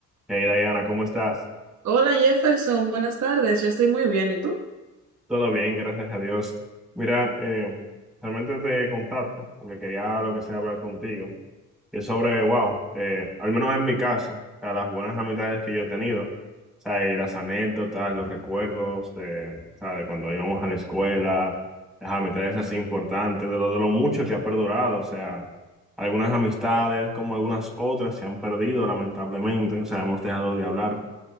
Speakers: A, in the centre; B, on the right (about 70°).
A: Hey Diana, ¿cómo estás?
B: Hola Jefferson, buenas tardes, yo estoy muy bien, ¿y tú?
A: Todo bien, gracias a Dios. Mira, eh, realmente te contacto porque quería lo que sea hablar contigo. Y es sobre, wow, eh, al menos en mi caso, o sea, las buenas amistades que yo he tenido, o sea, y las anécdotas, los recuerdos de, o sea, de cuando íbamos a la escuela, las amistades así importantes, de lo, de lo mucho que ha perdurado, o sea, algunas amistades como algunas otras se han perdido lamentablemente, o sea, hemos dejado de hablar.